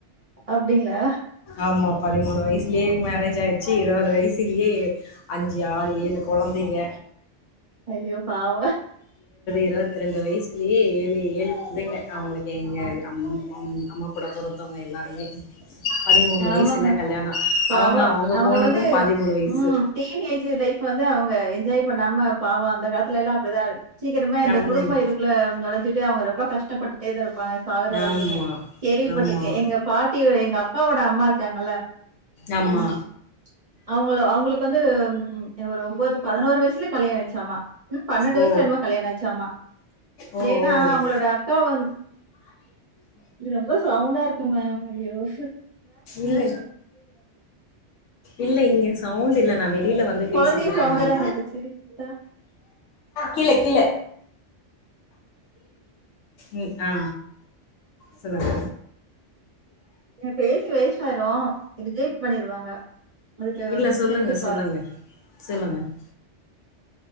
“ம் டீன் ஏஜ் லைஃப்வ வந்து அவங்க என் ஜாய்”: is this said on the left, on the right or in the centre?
Right